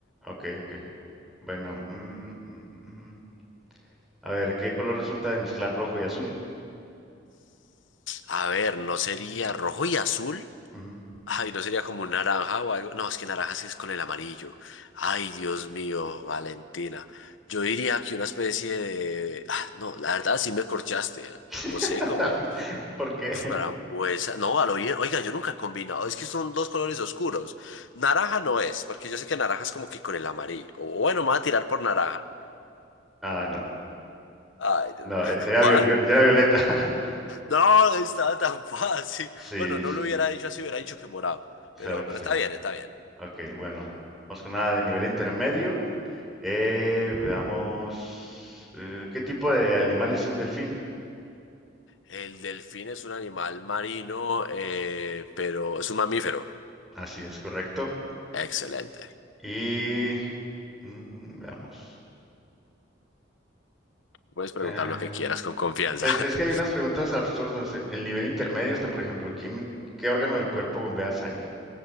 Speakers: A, in the centre; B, on the left (about 80°).
A: Ok, ok. Bueno, mm, mm, mm. a ver, ¿qué color resulta de mezclar rojo y azul?
B: A ver, ¿no sería rojo y azul?
A: Ujú.
B: Ay, ¿no sería como un naranja o algo? No, es que naranja sí es con el amarillo. Ay, Dios mío, Valentina. Yo diría que una especie de... ah, no, la verdad sí me corchaste. ¿eh?
A: <laughs>
B: No sé, como...
A: ¿Por qué?
B: Frambuesa, no, a lo bien. Oiga, yo nunca he combinado. Es que son dos colores oscuros. Naranja no es, porque yo sé que naranja es como que con el amarillo. O bueno, me voy a tirar por naranja.
A: Ah, no.
B: Ay, Dios
A: No,
B: mío.
A: eh,
B: <laughs>
A: sería,
B: ¿Cuál?
A: viol- viol- sería violeta. <laughs>
B: No, estaba tan <laughs> fácil.
A: Sí,
B: Bueno, no
A: s-
B: lo hubiera dicho así, hubiera dicho que morado. Pero,
A: claro que
B: pero
A: sí.
B: está bien, está bien.
A: Ok, bueno. Vamos con nada de nivel intermedio. Eh, veamos. eh, ¿qué tipo de animal es un delfín?
B: El delfín es un animal marino, eh, pero es un mamífero.
A: Así es, correcto.
B: Excelente.
A: Y mm, veamos.
B: Puedes preguntar
A: Eh,
B: lo que quieras con confianza.
A: es,
B: <laughs>
A: es que hay unas preguntas absurdas. En el nivel intermedio está, por ejemplo, ¿quién, qué órgano del cuerpo bombea sangre?